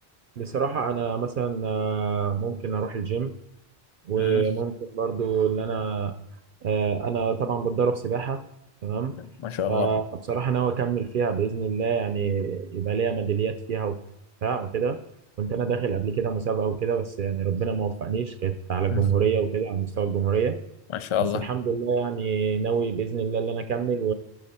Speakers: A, on the right; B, on the left.
A: بصراحة أنا مثلا آه، ممكن أروح الجيم وممكن
B: مم.
A: برضو إن أنا آه، أنا طبعا بتدرب سباحة تمام
B: ما شاء الله
A: ف- فبصراحة ناوي أكمل فيها بإذن الله يعني يبقى ليا ميداليات فيها وبتاع وكده كنت أنا داخل قبل كده مسابقة وكده بس يعني ربنا ما وفقنيش كانت على الجمهورية
B: مم.
A: وكده على مستوى الجمهورية
B: ما شاء
A: بس
B: الله
A: الحمد لله يعني ناوي باذن الله ان انا اكمل